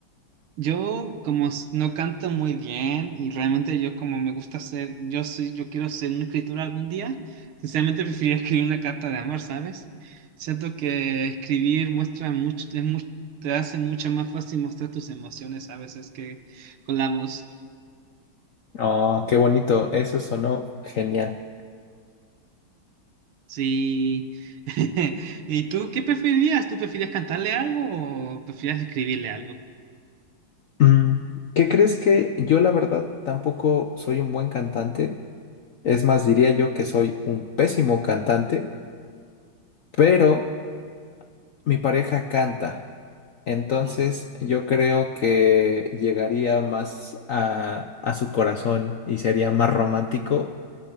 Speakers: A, on the right (about 80°); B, on the left (about 65°).
A: Yo como s- no canto muy bien y realmente yo como me gusta ser, yo soy, yo quiero ser un escritor algún día, sinceramente preferiría <laughs> escribir una carta de amor, ¿sabes? Siento que escribir muestra mucho, es mu- te hace mucho más fácil mostrar tus emociones a veces que con la voz.
B: Oh, qué bonito, eso sonó genial.
A: Sí. <laughs> ¿Y tú qué preferirías? ¿Tú preferirías cantarle algo o preferirías escribirle algo?
B: Mm, ¿Qué crees que yo la verdad tampoco soy un buen cantante? Es más, diría yo que soy un pésimo cantante, pero Mi pareja canta, entonces
A: Mm.
B: yo creo que llegaría más a, a su corazón y sería más romántico